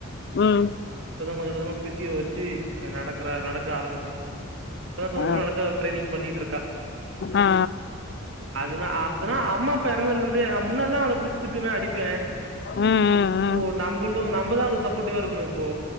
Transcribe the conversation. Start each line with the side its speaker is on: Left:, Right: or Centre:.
Left: ம்
Right: இப்பதா கொஞ்சு கொஞ்சுமா பிசியோட் ச்சு எ நடக் க்குறா நடக்க ஆரம்பிக்கு இப்பதா கொஞ்ச
Left: ஆ
Right: கொஞ்சமா அதுக்கா ட்ரெயினிங் பண்ணிட்டுயிருக்கா
Left: ஆ ஆ
Right: அதுனா ஹா அதுனா அம்மாப் ப்ப பெறந்துலிந்து அப் முன்னெல்லா அவள புடிச்சு திட்டுவே அடிப்பேன்
Left: ம் ம்
Right: இப்போ
Left: ம்
Right: நம்புளூ நம் இப்பதா அவுளுக் சப்போட்டிவா இருக்கனு இப்போ